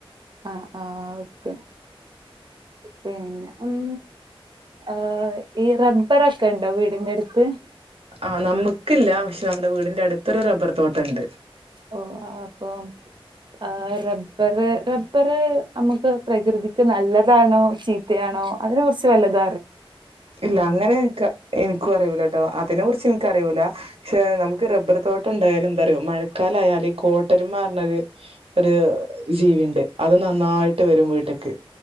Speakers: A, on the right; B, on the right.
A: ആഹ് ആഹ് ഓക്കെ പിന്നെ ഉം എഹ് ഈ റബ്ബർ ക്കെ ണ്ടോ വീടിന്റെ അടുത്ത്
B: ആഹ് നമുക്കില്ല പക്ഷെ നമ്മുടെ വീടിന്റെ അടുത്തൊരു റബ്ബർ തോട്ടംണ്ട്
A: ഓഹ് ആഹ് പ്പം ആഹ് റബ്ബർ റബ്ബർ നമുക്ക് പ്രകൃതിക്ക് നല്ലതാണോ ചീ തയാണോ അതിനെ കുറിച്ച് വല്ലത
B: ഇല്ല അങ്ങനെ എക്ക് എൻക്കും അറിയൂല ട്ടോ അതിനെ കുറിച്ച് എനിക്കറിയൂല പക്ഷേ നമുക്ക് റബ്ബർ തോട്ടം ണ്ടായാലും എന്താറോ മഴക്കാലായയാല് ഈ കോട്ടരുമ എന്നൊരു ഒരു ജീവി ണ്ട് അത് നന്നായിട്ട് വരു വീട്ട്ക്ക്